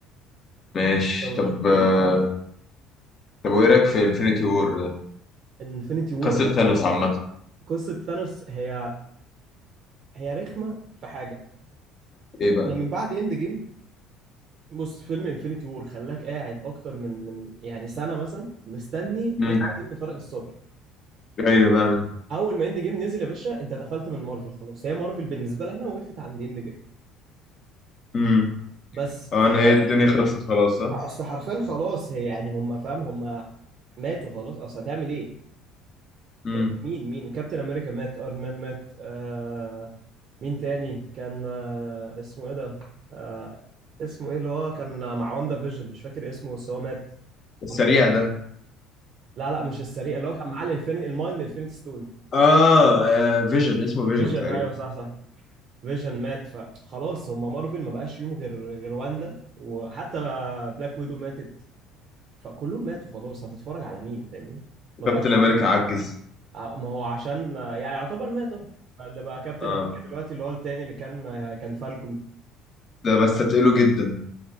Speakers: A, on the left; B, on the right.
A: ماشي
B: لو ما
A: طب
B: شفتوش
A: آه، طب وايه رايك في انفينيتي وور ده
B: انفينيتي وور
A: قصه ثانوس عامه
B: قصه ثانوس هي هي رخمه في حاجه
A: ايه بقى
B: لما من بعد اند جيم بص فيلم انفينيتي وور خلاك قاعد اكتر من من يعني سنه مثلا مستني
A: امم
B: اند جيم بفارغ الصبر
A: ايوه بقى
B: اول ما اند جيم نزل يا باشا انت دخلت من مارفل خلاص هي مارفل بالنسبه لنا وقفت عند اند جيم
A: امم
B: بس
A: اه انا هي الدنيا خلصت خلاص ها
B: اصل حرفيا خلاص هي يعني هم فاهم هم ماتوا خلاص اصل هتعمل ايه
A: امم
B: فاهم؟ مين مين كابتن امريكا مات ايرون مان مات آه مين تاني كان آه اسمه ايه ده آه اسمه ايه اللي هو كان مع واندا فيجن مش فاكر اسمه بس هو مات
A: السريع
B: اللي هو كان...
A: ده
B: لا لا مش السريع اللي هو كان معاه الانفينيتي المايند انفينيتي ستون
A: اه آه، فيجن اسمه فيجن
B: فيجن
A: تقريبا
B: ايوه صح صح فيجن مات فخلاص هم مارفل ما بقاش فيهم غير غير واندا وحتى بلاك ويدو ماتت فكلهم ماتوا خلاص هتتفرج على مين فاهمني ما
A: كابتن
B: بقاش
A: امريكا
B: بقى
A: عجز
B: ع- ما هو عشان يعني يعتبر مات أهو. اللي بقى كابتن
A: اه
B: امريكا دلوقتي اللي هو التاني اللي كان كان فالكون
A: ده بس تقله جدا